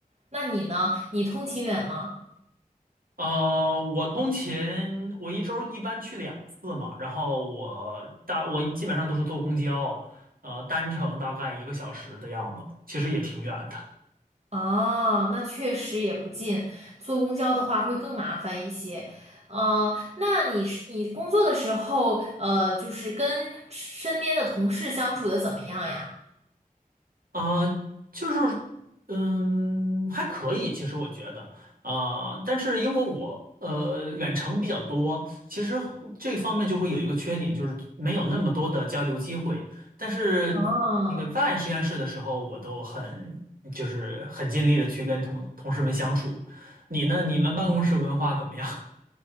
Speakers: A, on the right; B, on the right.
A: 那你呢？你通勤远吗？
B: 呃，我通勤，我一周一般去两次嘛，然后我大我基本上都是坐公交，呃，单程大概一个小时的样子，其实也挺远的。
A: 哦，那确实也不近，坐公交的话会更麻烦一些。呃，那你是你工作的时候，呃，就是跟身边的同事相处的怎么样呀？
B: 啊，就是，嗯，还可以，其实我觉得，啊，但是因为我呃远程比较多，其实这方面就会有一个缺点，就是没有那么多的交流机会。但是那个在实验室的时候，
A: 哦，
B: 我都很就是很尽力的去跟同同事们相处。你呢？你们办公室文化怎么样？